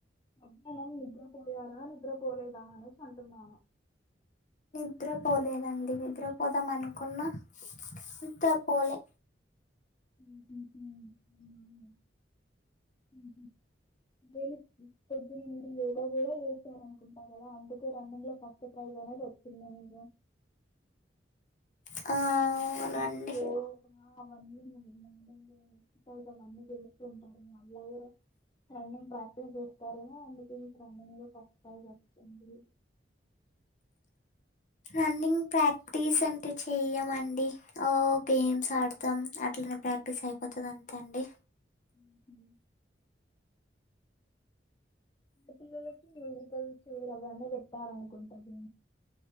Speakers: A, on the left; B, on the left.
A: మధ్యానం నిద్రపోయారా నిద్రపోలేదా అనేసి అంటున్నాను
B: నిద్రపోలేదండి నిద్రపోదాం అనుకున్న నిద్రపోలే
A: ఉహుహు ఉమ్ ఉహూ డైలీ పొద్దున మీరు యోగా కూడా చేస్తారనుకుంటా కదా అందుకే రన్నింగ్ లో ఫస్ట్ ప్రైజ్ అనేది వచ్చింది మీకు
B: ఆ అవునండి
A: అంటే ఓ ఆ అవన్నీ <unintelligible> అన్ని చేస్తూ ఉంటారు మళ్ళ కూడా రన్నింగ్ ప్రాక్టీస్ చేస్తారేమో అందుకే మీకు రన్నింగ్ లో ఫస్ట్ ప్రైజ్ వచ్చింది
B: రన్నింగ్ ప్రాక్టీస్ అంటే చెయ్యమండి ఓ గేమ్స్ ఆడతాం అట్లా అట్లా ప్రాక్టీస్ అయిపోతది అంతే అండి
A: ఊహూ అవునా <unintelligible> చూడు కదన్ని పెట్టాలనుకుంటది